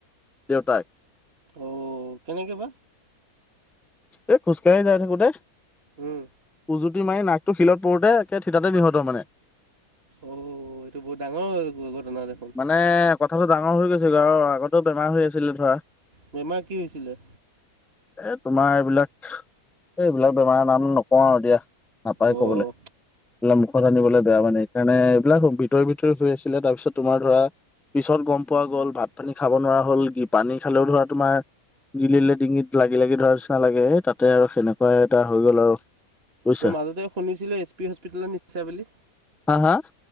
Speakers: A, in the centre; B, on the right.
A: দেউতাক।
B: অ', কেনেকে বা?
A: এই খোজকাঢ়ি যাই থাকোতে
B: উম
A: উজুতি মাৰি নাক টো শিলত পৰোতে একে ঠিততে নিহত মানে।
B: অ' এইটো বহুত ডাঙৰ ঘটনা দেখোন
A: মানে কথাটো ডাঙৰ হৈ গৈছে। আৰু আগতেই বেমাৰ হৈ আছিলে ধৰা।
B: বেমাৰ কি হৈছিলে?
A: এ তোমাৰ এইবিলাক, এই এইবিলাক বেমাৰৰ নাম নকওঁ আৰু দিয়া। নাপায়
B: অ'
A: কবলৈ <unintelligible> জানিবলৈ বেয়া মানে এইকাৰণে, এইবিলাক ভিতৰে ভিতৰি হৈ আছিলে তাৰপিছত তোমাৰ ধৰা পিছত গম পোৱা গ'ল ভাত পানী খাব নোৱাৰা হ'ল কি পানী খালেও ধৰা তোমাৰ গিলিলে ডিঙিত লাগি লাগি ধৰা নিচিনা লাগে, হে তাতে আৰু সেনেকুৱা এটা হৈ গ'ল আৰু। বুজিছা
B: মোৰ মাজতে শুনিছিলো এছ পি হস্পিতেলৰ নিচা বুলি।
A: হা হা